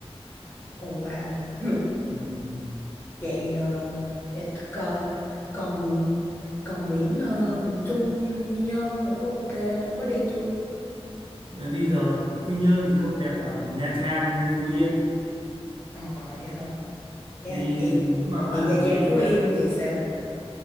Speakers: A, on the left (about 25°); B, on the right (about 50°).
A: ồ wow. <laughs>
B: Ừm.
A: Vậy ờ, để tôi coi còn còn biển ờ, miền Trung như Quy Nhơn đồ có ok không? Ông có đi chưa?
B: đi rồi Quy Nhơn thì không đẹp bằng Nha Trang với Phú Yên
A: Ờ vậy hả? Dạ
B: đi
A: vậy
B: nếu mà bạn
A: vậy Nha Trang
B: đi
A: Phú Yên
B: à,
A: thì sao?